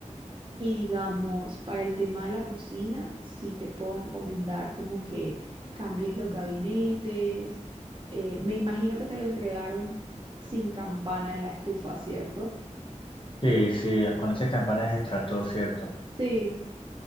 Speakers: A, on the right; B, on the left.
A: Y digamos, para el tema de la cocina, sí te puedo recomendar como que cambies los gabinetes. Eh, me imagino que te lo entregaron sin campana en la estufa, ¿cierto?
B: Sí, sí, con esas campanas de extractor, ¿cierto?
A: Sí.